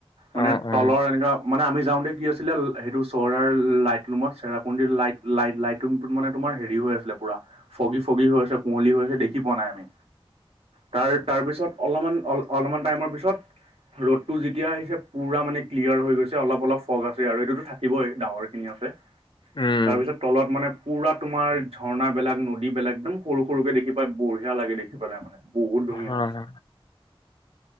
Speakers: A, on the right; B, on the left.
A: মানে
B: অ অ
A: তলৰ এনেকুৱা মানে আমি যাওঁতে দি আছিলে সেইটো চহৰাৰ লাইট ৰুমত চেৰাপুঞ্জীৰ লাইট লাইট লাইট ৰুমতো মানে তোমাৰ হেৰি হৈ আছিলে। পুৰা ফগী ফগী হৈ আছে কুঁৱলী হৈ আছে দেখি পোৱা নাই আমি তাৰ তাৰপিছত অলপমান অ', অলপমান টাইমৰ পিছত ৰ'দতটো যেতিয়া আহিছে পুৰা মানে ক্লিয়াৰ হৈ গৈছে অলপ অলপ ফগ আছে আৰু এইটোতো থাকিবই ডাঙৰ খিনি আৰু
B: উম
A: তাৰপিছত তলত মানে পুৰা তোমাৰ ঝৰ্ণা বিলাক, নদী বিলাক একদম সৰু সৰুকে দেখি পাই বঢ়িয়া লাগে দেখি পেলাই মানে। বহুত ধুনীয়া।
B: হা হা